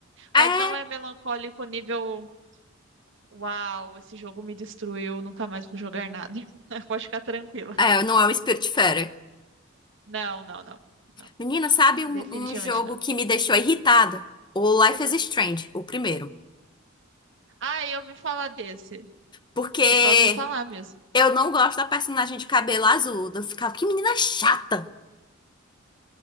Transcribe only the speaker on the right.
Mas não é melancólico nível Uau, esse jogo me destruiu, nunca mais vou jogar nada. <laughs> Pode ficar tranquila.
Não, não, não, não.
Definitivamente
não.
Ah, eu ouvi falar desse.
Eu só ouvi falar mesmo.